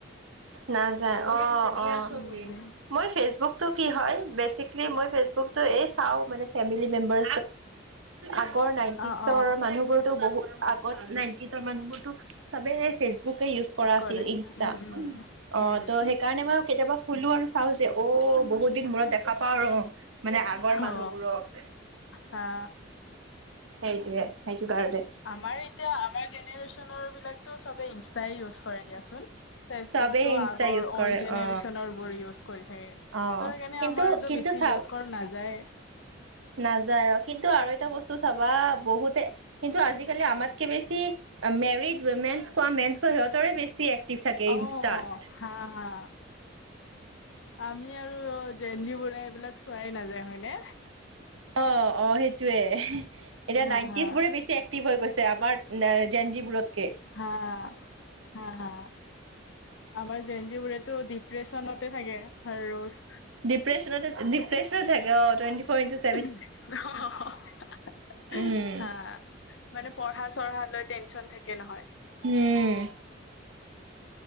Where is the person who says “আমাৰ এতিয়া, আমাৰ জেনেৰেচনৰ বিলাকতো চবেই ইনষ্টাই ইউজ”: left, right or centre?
Left